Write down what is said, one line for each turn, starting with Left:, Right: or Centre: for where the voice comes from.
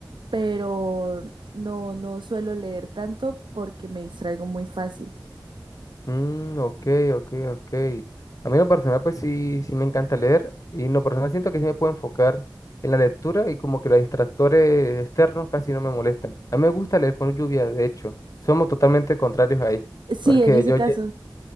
Right: pero no, no suelo leer tanto porque me distraigo muy fácil.
Left: Mm, ok, ok, ok. A mí en lo personal, pues sí, sí me encanta leer y en lo personal siento que sí me puedo enfocar en la lectura y como que los distractores externos casi no me molestan. A mí me gusta leer con lluvia, de hecho. Somos totalmente contrarios ahí,
Right: Sí,
Left: porque
Right: en ese
Left: yo,
Right: caso.
Left: lle-